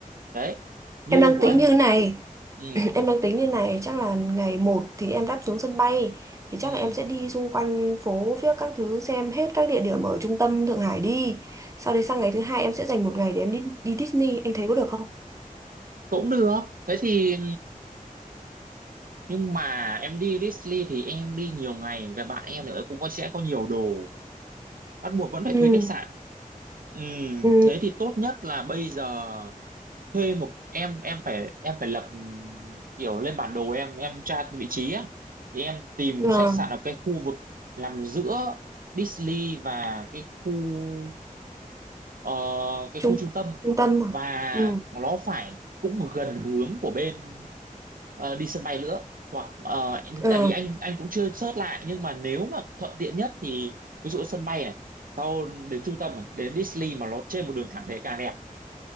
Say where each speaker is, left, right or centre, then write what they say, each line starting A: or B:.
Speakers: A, on the right (about 75°); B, on the right (about 20°).
A: đấy như
B: em đang
A: của
B: tính
A: anh
B: như thế này
A: ừ
B: Em đang tính như này, chắc là ngày một thì em đáp xuống sân bay thì chắc
A: ừ
B: là em sẽ đi xung quanh phố viếc các thứ xem hết các địa điểm ở trung tâm Thượng Hải đi. Sau đấy sang ngày thứ hai em sẽ dành một ngày để em đi đi Disney, anh thấy có được không?
A: cũng được thế thì nhưng mà em đi Disney thì em đi nhiều ngày và bạn em nữa cũng có sẽ có nhiều đồ bắt buộc vẫn phải
B: ừ
A: thuê khách sạn Ừ,
B: ừ
A: thế thì tốt nhất là bây giờ thuê một em em phải em phải lập ừm, kiểu lên bản đồ em em tra vị trí á thì em tìm
B: Ờ,
A: khách sạn ở cái khu vực nằm giữa Disney và cái khu ờ, cái
B: trung
A: khu trung tâm
B: trung tâm mà.
A: và
B: ừ
A: nó phải cũng gần hướng của bên ờ, đi sân bay nữa hoặc ờ,
B: Ờ,
A: tại vì anh anh cũng chưa search lại nhưng mà nếu mà thuận tiện nhất thì ví dụ ở sân bay này sau đến trung tâm này, đến Disney mà nó trên một đường thẳng thì càng đẹp